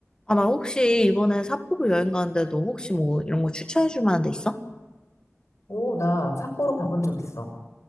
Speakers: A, on the left; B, on the left.
A: 아, 나 혹시 이번에 삿포로 여행 가는데 너 혹시 뭐 이런 거 추천해 줄 만한 데 있어?
B: 오, 나 삿포로 가본 적 있어.